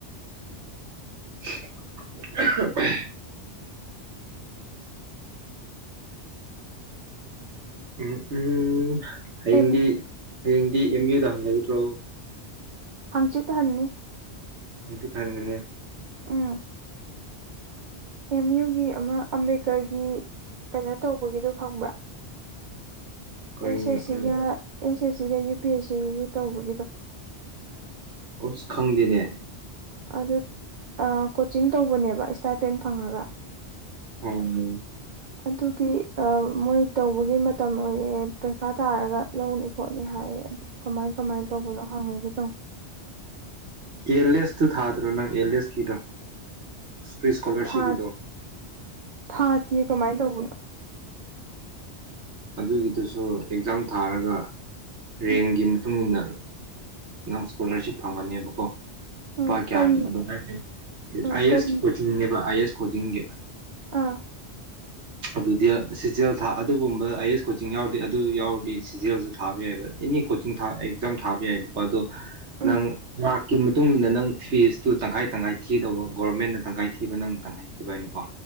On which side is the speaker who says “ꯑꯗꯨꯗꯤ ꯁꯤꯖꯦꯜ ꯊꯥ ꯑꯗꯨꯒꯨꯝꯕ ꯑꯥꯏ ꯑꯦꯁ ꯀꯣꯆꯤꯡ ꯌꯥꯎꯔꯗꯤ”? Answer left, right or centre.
Right